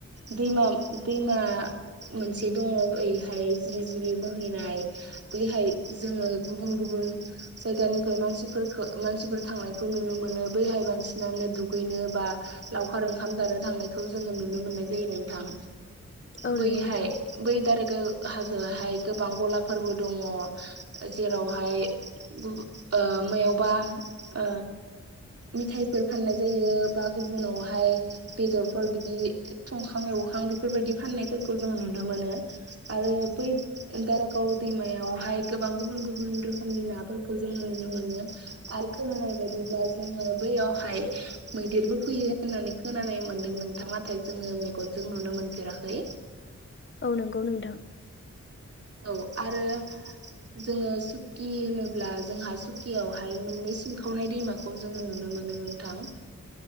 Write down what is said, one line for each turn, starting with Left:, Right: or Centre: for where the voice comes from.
Right: दैमा दैमा मोनसे दङ एैहाय जिरि जिरि बोहैनाय बैहाय जोङो गुबुन गुबुन जायगानिफ्राय मानसिफोरखो मानसिफोर थांनायखौ नुनो मोनो बैहाय बांसिनानो दुगैनो बा लावखार ओंखाम जानो थांनायखौ जोङो नुनो मोननाय जायो नोंथां।
Left: औ
Right: बैहाय
Left: नंगौ नोंथां
Right: बै दारागाव हाजोआहाय गोबां गलाफोरबो दङ जेरावहाय गु ओ मायावबा ओ मिथाइफोर फाननाय जायो बा गुबुनावहाय बेदरफोर बिदि संखां एवखां बेफोरबायदि फाननायफोरखौ जों नुनो मोनो। आरो बै दारागाव दैमायावहाय गोबां गुबुन गुबुन रोखोमनि नाफोरखौ जोङो नुनो मोनो। आरो खोनानाय बायदिब्ला जोङो बैयावहाय मैदेरबो फैयो होननानै खोनानाय मोन्दों नोंथां नाथाय जोङो मेगनजों नुनो मोनफेराखै।
Left: औ नोंगौ नोंथां।
Right: औ आरो जोङो सुकि होनोब्ला जोंहा सुकियावहाय मोननै सिंखावनाय दैमा खौ जोङो नुनो मोनो नोंथां।